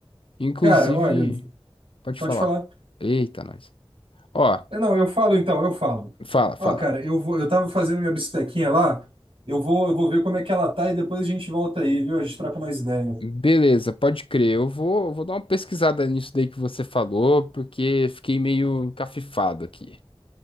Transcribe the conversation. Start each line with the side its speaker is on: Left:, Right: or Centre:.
Left: Inclusive,
Right: Cara, olha,
Left: pode
Right: pode
Left: falar.
Right: falar.
Left: Eita, nós. Ó,
Right: É, Não, eu falo então, eu falo.
Left: fala, fala.
Right: Ó, cara, eu vou, eu tava fazendo minha bistequinha lá, eu vou, eu vou ver como é que ela tá e depois a gente volta aí, viu? A gente troca mais ideia.
Left: Beleza, pode crer. Eu vou, vou dar uma pesquisada nisso daí que você falou, porque fiquei meio encafifado aqui.